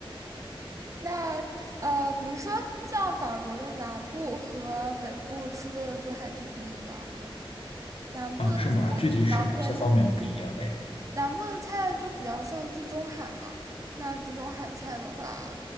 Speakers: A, on the right; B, on the left.
A: 那呃，比如说像法国的南部和北部吃的就还挺不一样的，南部的菜就比较偏
B: 嗯，是吗？具体是哪些方面不一样嘞？
A: 南部的菜就比较像地中海嘛，那地中海菜的话，